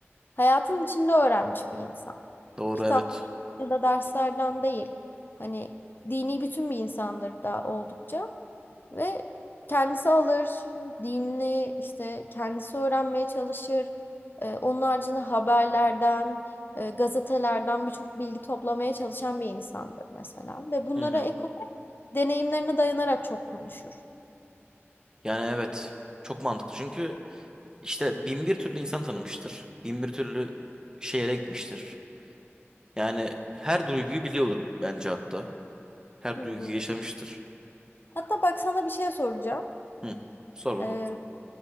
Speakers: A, on the left; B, on the right.
A: hayatın içinde öğrenmiş bir insan
B: Doğru
A: kitaplardan
B: evet.
A: ya da derslerden değil. Hani dini bütün bir insandır da oldukça ve kendisi alır, dinini işte kendisi öğrenmeye çalışır. Ee, onun haricinde haberlerden, e, gazetelerden birçok bilgi toplamaya çalışan bir insandır mesela. Ve bunlara
B: Hı hı.
A: ek deneyimlerine dayanarak çok konuşur.
B: Yani evet. Çok mantıklı çünkü İşte bin bir türlü insan tanımıştır. Bin bir türlü şehre gitmiştir. Yani her duyguyu biliyordur bence hatta. Her
A: Hı hı.
B: duyguyu yaşamıştır.
A: Hatta bak sana bir şey soracağım.
B: Hı. Sor bakalım.
A: Ee,